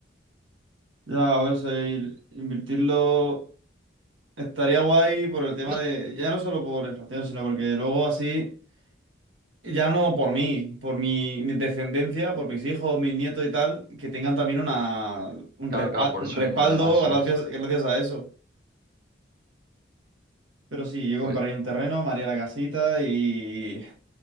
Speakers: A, on the right; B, on the right.
A: ya, a ver, soy- invertirlo estaría guay por el tema
B: No,
A: de, ya no solo por inflación, sino porque luego así Ya no por mí, por mi, mi descendencia, por mis hijos, mis nietos y tal, que tengan también una, un
B: claro,
A: respaldo,
B: claro, por
A: un
B: eso
A: respaldo
B: mismo, además, ¿sabes?
A: gracias, gracias a eso. Pero sí, yo compraría
B: Pues,
A: un terreno, me haría la casita y...